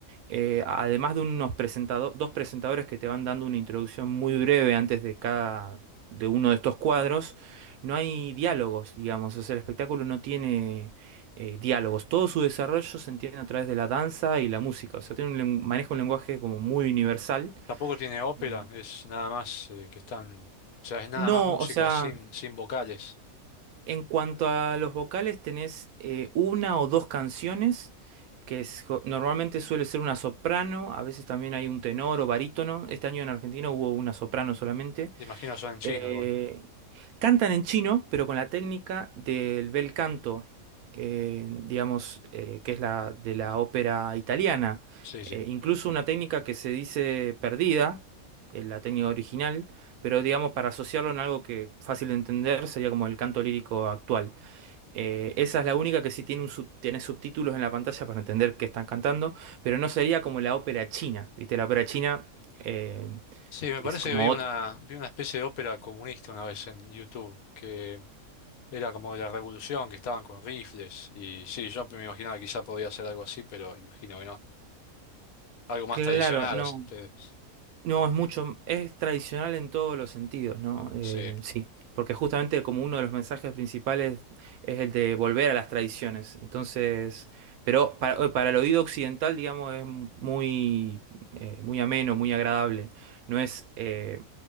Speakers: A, on the right (about 80°); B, on the left (about 80°).
A: eh, además de unos presentado- dos presentadores que te van dando una introducción muy breve antes de cada, de uno de estos cuadros, no hay diálogos, digamos. O sea, el espectáculo no tiene eh, diálogos. Todo su desarrollo se entiende a través de la danza y la música. O sea, tiene un len- maneja un lenguaje como muy universal.
B: Tampoco tiene ópera,
A: Eh,
B: es nada más eh, que están, o sea, es nada
A: No,
B: más música
A: o sea.
B: sin, sin vocales.
A: En cuanto a los vocales, tenés eh, una o dos canciones, que es jo- normalmente suele ser una soprano, a veces también hay un tenor o barítono. Este año en Argentina hubo una soprano solamente.
B: Imagino son en chino
A: Eh,
B: igual.
A: cantan en chino, pero con la técnica del bel canto, eh, digamos, eh, que es la de la ópera italiana.
B: Sí, sí.
A: Eh, incluso una técnica que se dice perdida, en la técnica original, pero digamos, para asociarlo en algo que fácil de entender sería como el canto lírico actual. Eh, esa es la única que sí tiene, un sub- tiene subtítulos en la pantalla para entender qué están cantando, pero no sería como la ópera china, ¿viste? La ópera china eh,
B: Sí, me parece
A: es como
B: que vi una,
A: otro...
B: vi una especie de ópera comunista una vez en YouTube, que era como de la revolución, que estaban con rifles, y sí, yo me imaginaba que quizá podía hacer algo así, pero imagino que no. Algo más
A: Claro,
B: tradicional
A: no.
B: hacen ustedes.
A: No, es mucho, es tradicional en todos los sentidos, ¿no? Eh,
B: Sí,
A: sí, porque justamente como uno de los mensajes principales es el de volver a las tradiciones. Entonces, pero para, eh, para el oído occidental, digamos, es muy, eh, muy ameno, muy agradable. No es, eh,